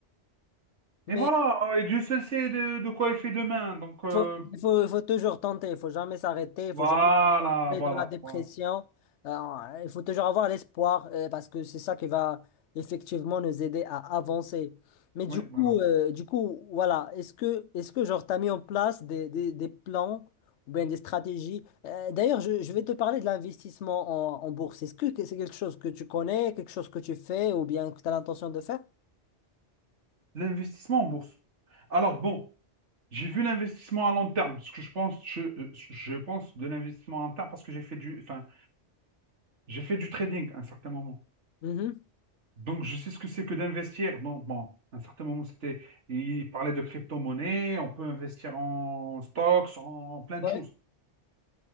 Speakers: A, on the left; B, on the right.
A: Mais
B: et voilà, et Dieu seul sait de, de quoi il fait demain. Donc, euh,
A: il faut, il faut, il faut toujours tenter, il faut jamais s'arrêter, il
B: voilà,
A: faut jamais. tomber
B: voilà,
A: dans la dépression.
B: voilà.
A: Euh, il faut toujours avoir l'espoir euh, parce que c'est ça qui va effectivement nous aider à avancer. Mais
B: Oui,
A: du coup,
B: voilà.
A: euh, du coup, voilà, est-ce que, est-ce que genre, t'as mis en place des, des, des plans ou bien des stratégies? Euh, d'ailleurs, je, je vais te parler de l'investissement en, en bourse. Est-ce que que c'est quelque chose que tu connais, quelque chose que tu fais ou bien que tu as l'intention de faire?
B: L'investissement en bourse. Alors, bon, j'ai vu l'investissement à long terme. Ce que je pense, je, euh, je pense de l'investissement à long terme parce que j'ai fait du, enfin, j'ai fait du trading à un certain moment.
A: Mhm.
B: Donc, je sais ce que c'est que d'investir. Donc, bon, à un certain moment, c'était, il parlait de crypto-monnaie, on peut investir en stocks, en plein
A: Ouais.
B: de choses.